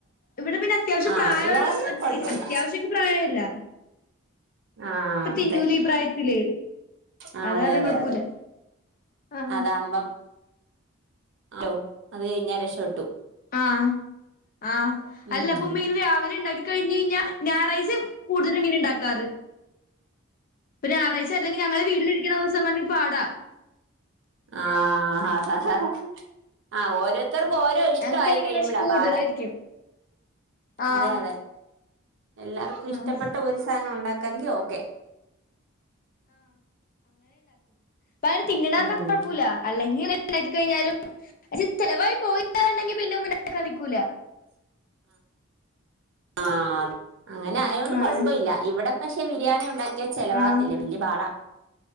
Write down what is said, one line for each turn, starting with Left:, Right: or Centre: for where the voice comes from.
Left: ഇവിടെ പിന്നെ അത്യാവശ്യം
Right: ആഹ്
Left: പ്രായമൊള്ള
Right: അത് കാരണം കൊഴപ്പല്ല
Left: അത്യാവശ്യക്ക്‌ പ്രായമില്ല
Right: ആഹ്
Left: ഇപ്പൊ തിന്നൂലേ
Right: അതെ
Left: ഈ പ്രായത്തില്
Right: ആ
Left: അത്
Right: അതെ
Left: കാരണം
Right: അതെ
Left: കൊഴപ്പല്ല
Right: അതെ
Left: ആഹ്
Right: അതാവുമ്പം ലോ അത് കഴിഞ്ഞ രക്ഷപ്പെട്ടു
Left: ആ ആ
Right: ഉം
Left: അല്ലപ്പൊ ഉമ്മി രാവിലെ ഉണ്ടാക്കി കഴിഞ്ഞ് കഴിഞ്ഞാ ഞായറാഴ്ച്ച കൂടുതലും ഉമ്മി ഉണ്ടാക്കാറ് ഒരു ഞായറാഴ്ച്ച അല്ലെങ്കി ഞങ്ങള് വീട്ടിലിരിക്കുന്ന ദിവസം പാടാ
Right: ആഹ് ആ ആഹ് ഹ് ആ ഓരോ ത്തർക്കും ഓരോ ഇഷ്‌ടായി
Left: ഞങ്ങക്കാണെങ്കിൽ
Right: കഴിയുമ്പോഴാ
Left: വെശപ്പ്
Right: പാട്
Left: കൂടുതലായിരിക്കും ആഹ്
Right: അതെ അതെ എല്ലാർക്കും ഇഷ്ടപ്പെട്ട
Left: ആഹ്
Right: ഒരു സാധനം ഒണ്ടാക്കാങ്കി ഓക്കെ
Left: ഇപ്പ അവര് തിന്ന്ണാരണം
Right: ഉം
Left: കൊയപ്പില്ല അല്ലങ്കി ഇങ്ങനെ ഉണ്ടാക്കി കഴിഞ്ഞാലും ചെലവായി പോയി ണ്ടെങ്കി <unintelligible> നിക്കൂല
Right: ആഹ് അങ്ങനെ ആയോണ്ട്
Left: ആഹ്
Right: കൊഴപ്പില്ല ഇവിടെ പക്ഷെ ബിരിയാണി ഉണ്ടാ ക്കിയാ ചെലവാവത്തില്ല
Left: ആഹ്
Right: വല്യ പാടാ